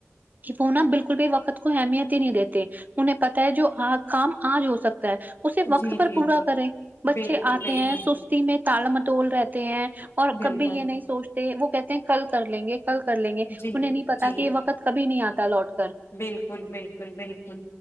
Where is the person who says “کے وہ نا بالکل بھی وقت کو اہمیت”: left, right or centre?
Right